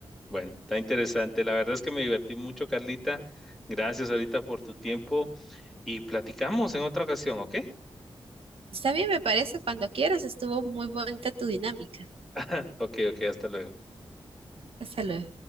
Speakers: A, in the centre; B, on the right.
A: Bueno, está interesante. La verdad es que me divertí mucho, Carlita. Gracias ahorita por tu tiempo y platicamos en otra ocasión, ¿ok?
B: Está bien, me parece, cuando quieras. Estuvo muy bonita tu dinámica.
A: <laughs> Ok, ok, hasta luego.
B: Hasta luego.